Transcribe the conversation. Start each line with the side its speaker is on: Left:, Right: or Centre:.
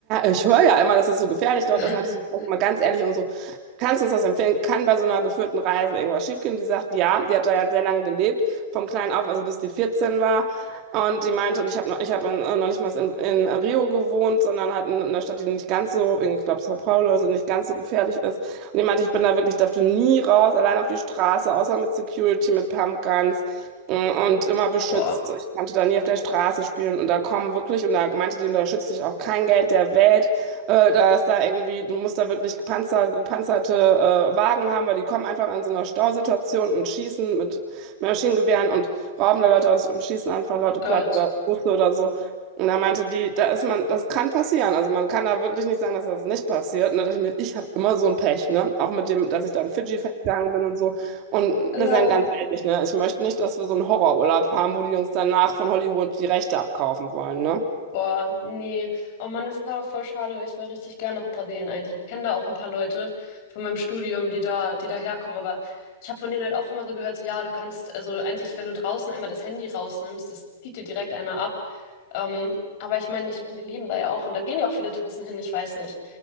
Right: ich höre ja immer, dass es so gefährlich dort
Left: <laughs>
Right: ist. Und habe ich so gefragt, mal ganz ehrlich und so, kannst du uns das empfehlen? Kann bei so einer geführten Reise irgendwas schiefgehen? Die sagt, ja, die hat da ja sehr lange gelebt, vom Kleinen auf, also bis die 14 war. Und die meinte, und ich habe noch, ich habe äh, noch nicht mal in, in Rio gewohnt, sondern halt in, einer Stadt, die nicht ganz so, ich glaube, Sao Paulo, also nicht ganz so gefährlich ist. Und die meinte, ich bin da wirklich, durfte nie raus, allein auf die Straße, außer mit Security, mit Pumpguns äh, und immer beschützt.
Left: Boah.
Right: Ich konnte da nie auf der Straße spielen und da kommen wirklich, und da meinte die, und da schützt dich auch kein Geld der Welt. Äh, da ist da irgendwie, du musst da wirklich gepanzer, gepanzerte äh, Wagen haben, weil die kommen einfach in so einer Stausituation und schießen mit Maschinengewehren und rauben da Leute aus und schießen einfach Leute
Left: Oh Gott.
Right: platt oder Busse oder so. Und da meinte die, da ist man, das kann passieren. Also man kann da wirklich nicht sagen, dass das nicht passiert. Und da dachte ich mir, ich habe immer so ein Pech, ne? Auch mit dem, dass ich dann Fidschi festgegangen bin und so. Und
Left: Ja.
Right: wir sind ganz ehrlich, ne? Ich möchte nicht, dass wir so einen Horrorurlaub haben, wo die uns danach von Hollywood die Rechte abkaufen wollen, ne?
Left: Boah, nee. Oh Mann, das ist aber voll schade, weil ich wäre richtig gern nach Brasilien eigentlich. Ich kenne da auch ein paar Leute von meinem Studium, die da, die da herkommen. Aber ich habe von denen halt auch immer so gehört, so ja, du kannst, also eigentlich, wenn du draußen einmal das Handy rausnimmst, das zieht dir direkt einer ab. Ähm, aber ich meine, ich meine, die leben da ja auch und da gehen ja auch viele Touristen hin, ich weiß nicht.